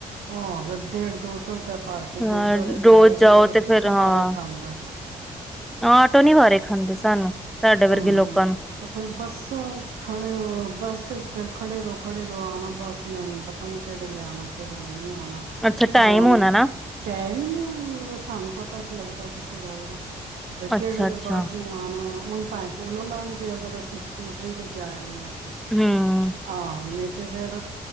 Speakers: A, on the right; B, in the centre.
A: ਹਾਂ ਫੇਰ ਡੇਢ ਦੋ ਸੋ ਰੁਪਆ ਭਰ ਕੇ
B: ਹਾਂ
A: ਗੁਰਦੁਆਰੇ ਜਾਏ
B: ਰੋਜ਼
A: ਤੇ
B: ਜਾਓ
A: ਫਿਰ ਕਿੱਥੇ
B: ਫੇਰ ਹਾਂ
A: ਵਾਰਾ ਖਾਂਦਾ
B: ਆਟੋ ਨੀ ਵਾਰੇ ਖਾਂਦੇ ਸਾਨੂੰ। ਸਾਡੇ ਵਰਗੇ
A: ਹਮ
B: ਲੋਕਾਂ ਨੂੰ
A: ਤੇ ਫੇਰ ਬੱਸਾਂ ਚ ਖੜੇ ਹੋ ਬੱਸ ਚ ਫਿਰ ਖੜੇ ਰੋ ਖੜੇ ਰੋ ਆਣਾ ਬਸ ਨੇ ਹੁਨ ਪਤਾ ਨੀ ਕਿਹੇ ਲ ਆਨਾ ਕਿੜੇ ਲ ਆਉਣਾ
B: ਅੱਛਾ
A: ੳ
B: ਟਾਈਮ
A: ਹੁਣ
B: ਹੋਣਾ ਨਾ
A: ਟਾਈਮ ਹੀ ਨੀ ਸਾਨੂੰ ਪਤਾ ਤੇ ਲੱਗਦਾ ਇਸੇ ਨਾਲ ਨਾ ਬਈ
B: ਅੱਛਾ-ਅੱਛਾ
A: ਕਿਹੜੇ ਵੇਲੇ ਬਸ ਨੇ ਆਉਣਾ ਉੰਝ ਭਾਵੇਂ ਕੋਲੋ ਲੰਘ ਜੇਅਗਰ ਅਸੀਂ ਸਕੂਟਰੀ ਤੇ ਜਾ ਜਾ ਆਨੇ ਹਾਂ
B: ਹੂੰ।
A: ਹਾਂ ਨਹੀਂ ਤੇ ਫਿਰ